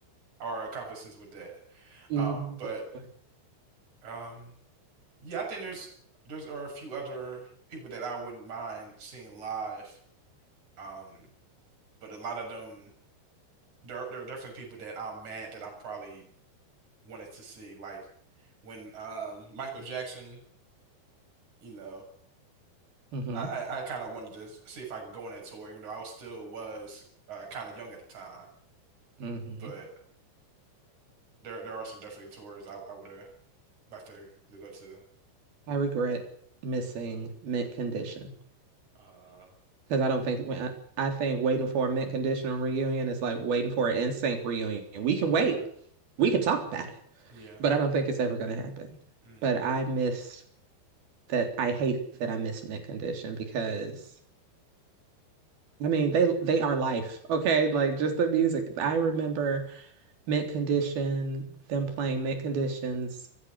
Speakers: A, on the right; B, on the right.
A: are accomplices with that.
B: hmm
A: Um, but
B: definitely.
A: um, yeah, I think there's there's are a few other people that I wouldn't mind seeing live. Um, but a lot of them there there are definitely people that I'm mad that I probably wanted to see. Like when um Michael Jackson, you know.
B: hmm
A: I, I, I kind of wanted to see if I could go on that tour, even though I was still was uh, kind of young at the time.
B: hmm
A: But there there are some definitely tours I, I would have liked to, to go to.
B: I regret missing mint condition.
A: Uh,
B: Because I don't think when I, I think waiting for a mint condition reunion is like waiting for an NSYNC reunion. We can
A: yeah,
B: wait. We can talk about it.
A: yeah.
B: But I don't think it's ever gonna happen.
A: Mm,
B: But I miss that I hate that I miss mint condition because I mean they they are life, okay? Like just the music. I remember mint condition, them playing mint conditions